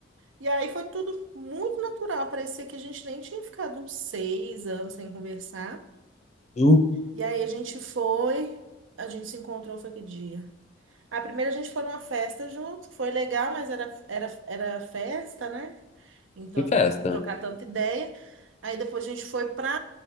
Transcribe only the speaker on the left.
Viu?
Que festa?